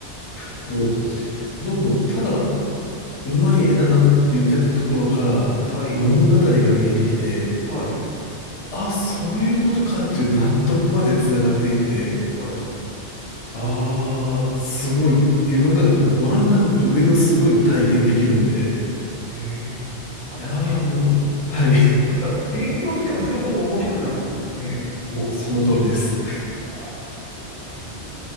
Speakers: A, on the left; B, on the left.
A: こう、
B: うん
A: どんどんただうまい絵だなって言ってたところから物語が見えてきて、
B: はい。はい、はい、
A: あ、そういうことかっていう納得までつながっていって、
B: はいは
A: ああ、すごいっていうのが、こう、ワンランク上のすごいを体験できるんで、
B: い。へえ。あ、
A: いやーもうなんか、
B: そし、
A: はい、
B: そしたら、勉強すればするほど面白くなるってことですね。
A: もうその通りです。
B: あら、素晴らしいわ。